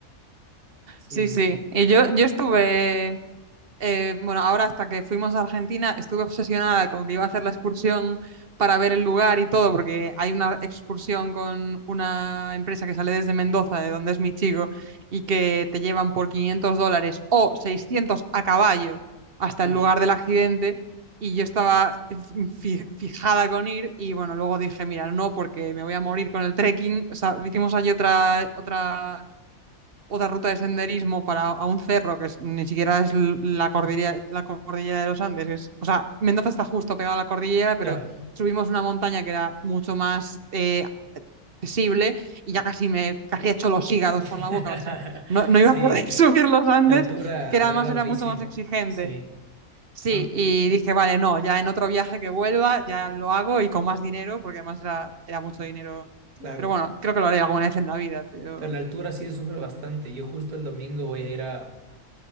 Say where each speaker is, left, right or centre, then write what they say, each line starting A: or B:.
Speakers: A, on the right (about 90°); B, on the right (about 50°).
A: Sí,
B: Sí,
A: sí,
B: sí.
A: sí.
B: Y yo, yo estuve eh, bueno, ahora hasta que fuimos a Argentina estuve obsesionada con que iba a hacer la excursión para ver el lugar y todo, porque hay una excursión con una empresa que sale desde Mendoza, de donde es mi chico, y que te llevan por 500 dólares o 600 a caballo hasta
A: Uy,
B: el lugar del accidente. Y yo estaba fi- fijada con ir y bueno, luego dije, mira, no, porque me voy a morir con el trekking. O sea, hicimos allí otra, otra otra ruta de senderismo para a un cerro que es- ni siquiera es l- la cordillera, la cordillera de los Andes. es- o sea, Mendoza está justo pegado a la cordillera, pero
A: claro.
B: subimos una montaña que era mucho más eh, accesible y ya casi me casi he hecho los hígados
A: <laughs>
B: por la boca. O sea, no, no
A: Sí,
B: iba a poder <laughs> subir los Andes,
A: la altura
B: que era-
A: agarra
B: además era
A: durísimo.
B: mucho más exigente.
A: Sí,
B: Sí,
A: Entonces,
B: y dije, vale, no, ya en otro viaje que vuelva, ya lo hago y con más dinero, porque además era, era mucho dinero.
A: claro.
B: Pero bueno, creo que lo haré alguna vez en la vida, pero
A: Pero la altura sí
B: sí.
A: se sufre bastante. Yo justo el domingo voy a ir a,